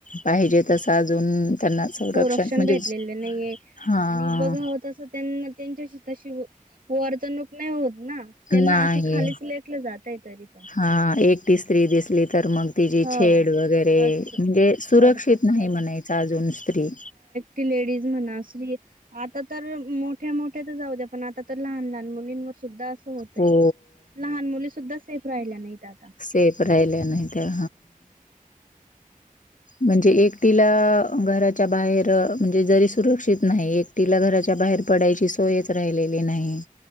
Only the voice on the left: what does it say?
पाहिजे तस अजून त्यांना
म्हणजे
हा
नाही
हां एक ती स्त्री दिसली तर मग तिची
छेड वगैरे
म्हणजे सुरक्षित
नाही म्हणायच अजून स्त्री
हो.
सेफ राहील्या नाही ता म्हणजे एकटीला घराच्या बाहेर म्हणजे जरी सुरक्षित नाही एक तिला घराच्या बाहेर पडायची सोयच राहिलेली नाही